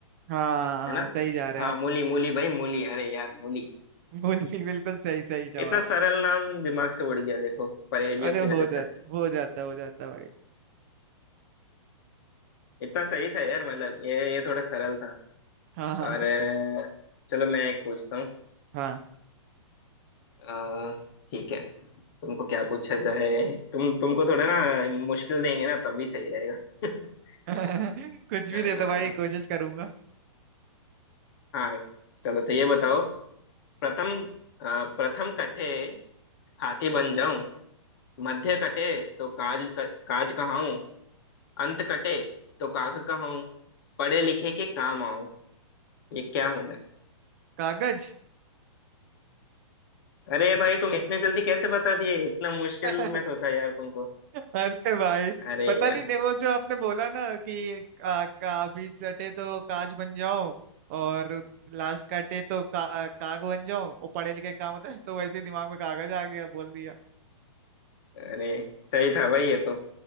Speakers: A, on the right; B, on the left.
A: हाँ
B: है ना
A: सही जा रहे
B: हाँ
A: हैं आप
B: मूली मूली भाई मूली अरे यार मूली
A: <laughs> बिल्कुल बिल्कुल सही सही जवाब
B: इतना सरल नाम दिमाग से उड़ गया देखो पहेलियों
A: अरे
B: की
A: हो
B: वजह
A: जाता
B: से
A: हो जाता हो जाता भाई
B: इतना सही था यार मतलब ये ये थोड़ा सरल था
A: हाँ हाँ
B: और अ, चलो मैं एक पूछता हूँ
A: हाँ
B: अ, ठीक है तुमको क्या पूछा जाए तुम तुमको थोड़ा ना मुश्किल देंगे ना तभी सही रहेगा <laughs>
A: <laughs> कुछ भी
B: अ,
A: दे दो भाई कोशिश करूंगा
B: हाँ चलो तो ये बताओ प्रथम अ, प्रथम कटे हाथी बन जाऊं मध्य कटे तो काज क, काज कहाऊं अंत कटे तो काग कहाऊं पढ़े लिखे के काम आऊं ये क्या हूं मैं
A: कागज
B: अरे भाई तुम इतने जल्दी कैसे बता दिए इतना मुश्किल
A: <laughs>
B: मैं सोचा यार तुमको
A: अरे भाई
B: अरे
A: पता
B: यार
A: नहीं नहीं, वो जो आपने बोला ना कि का, का बीच सटे तो काज बन जाओ और लास्ट काटे तो का, काग बन जाओ वो पढ़े लिखे काम होता है तो वैसे ही दिमाग में कागज आ गया बोल दिया
B: अरे सही था भाई ये तो